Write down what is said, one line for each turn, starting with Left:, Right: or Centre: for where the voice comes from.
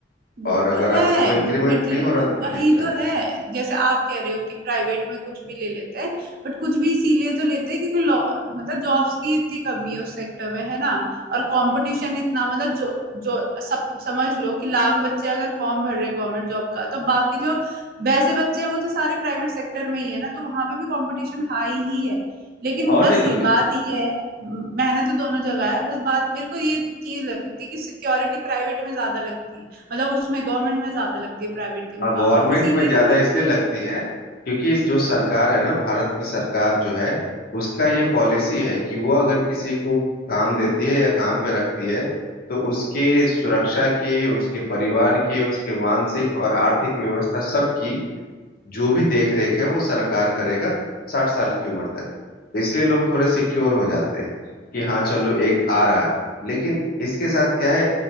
Right: वो
Left: और
Right: तो
Left: अगर
Right: है
Left: आपको इंक्रीमेंट
Right: बट
Left: नहीं हो रहा तो फिर
Right: वही
Left: दिक्कत
Right: तो
Left: है
Right: है जैसे आप कह रहे हो कि प्राइवेट में कुछ भी ले लेते हैं बट कुछ भी इसीलिए तो लेते हैं क्योंकि law- मतलब जॉब्स की इतनी कमी है उस सेक्टर में है ना और कंपटीशन इतना मतलब जो जो सब समझ लो कि लाख बच्चे अगर फॉर्म भर रहे गवर्नमेंट जॉब का तो बाकी जो वैसे बच्चे हैं वो तो सारे प्राइवेट सेक्टर में ही है ना तो वहां पे भी कंपटीशन हाई ही है लेकिन
Left: और
Right: बस
Left: नहीं तो
Right: ये
Left: क्या
Right: बात ये है मेहनत तो दोनों जगह है बस बात मेरे को ये चीज लगती है कि सिक्योरिटी प्राइवेट में ज्यादा लगती है मतलब उसमें गवर्नमेंट में ज्यादा लगती है प्राइवेट के मुकाबले
Left: हाँ गवर्नमेंट
Right: इसीलिए
Left: में ज्यादा
Right: ना मेरे
Left: इसलिए
Right: को
Left: लगती है क्योंकि इस जो सरकार है ना भारत की सरकार जो है उसका ये पॉलिसी है कि वो अगर किसी को काम देती है या काम पे रखती है तो उसके सुरक्षा के उसके परिवार के उसके मानसिक और आर्थिक व्यवस्था सबकी जो भी देख रेख है वो सरकार करेगा साठ साल की उम्र तक तो इसलिए लोग थोड़े सिक्योर हो जाते हैं कि हाँ चलो एक आ रहा है लेकिन इसके साथ क्या है